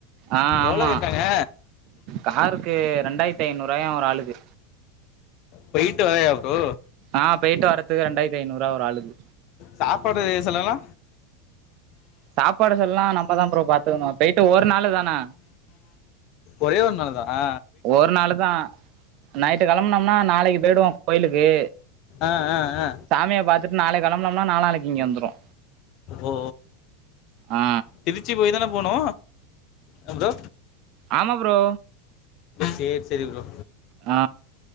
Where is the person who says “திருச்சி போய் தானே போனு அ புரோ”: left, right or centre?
Left